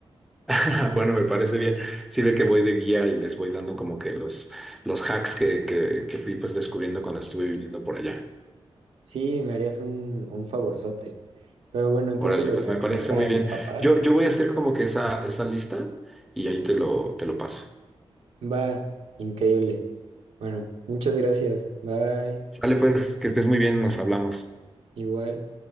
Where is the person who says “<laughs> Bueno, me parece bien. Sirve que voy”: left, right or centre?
Centre